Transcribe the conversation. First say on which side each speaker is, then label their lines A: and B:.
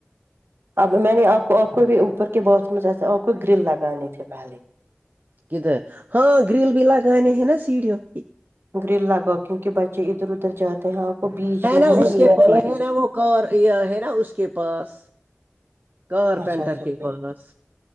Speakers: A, on the right; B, on the right.
A: اب میں نے آپ کو آپ کو بھی اوپر کے باکس میں جیسے آپ کو گرل لگانے تھے پہلے
B: کدھر ہاں گرل بھی لگانے ہیں نا سیڑھیوں کی
A: گرل لگاؤ کیونک بچے ادھر ادھر جاتے ہیں آپ کو بیچ
B: ہے
A: میں
B: نا اس
A: یہ
B: کے پاس
A: سیڑھی
B: ہے نا وہ کار ہے نا اس کے پاس کارپینٹر
A: اچھا اچھا
B: کے
A: ٹھیک
B: پاس